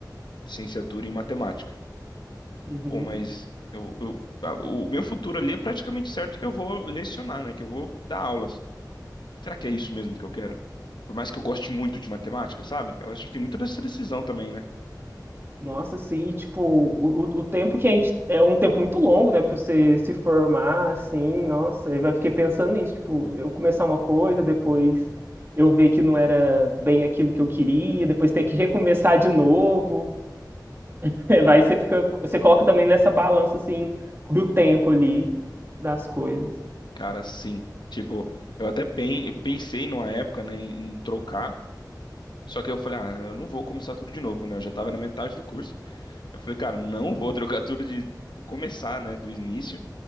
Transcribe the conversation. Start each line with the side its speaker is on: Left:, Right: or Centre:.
Left: licenciatura em matemática.
Right: Uhum.
Left: Pô, mas eu, eu- a- o meu futuro ali é praticamente certo que eu vou lecionar, né? Que eu vou dar aulas. Será que é isso mesmo que eu quero? Por mais que eu goste muito de matemática, sabe? Eu acho que tem muito dessa decisão também, né?
Right: Nossa, assim, e, tipo, o, o o tempo que a gente. É um tempo muito longo, né, pra você se formar, assim, nossa, eu vai fiquei pensando nisso, tipo, eu começar uma coisa, depois eu ver que não era bem aquilo que eu queria, depois ter que recomeçar de novo. <laughs> É, vai, você fica. Você coloca também nessa balança, assim, do tempo ali, das coisas.
Left: Cara, sim. Tipo, eu até pen- eu pensei numa época, né, em trocar. Só que eu falei, ah, eu não vou começar tudo de novo, né? Eu já tava na metade do curso. Eu falei, cara, não vou trocar tudo de começar, né, do início.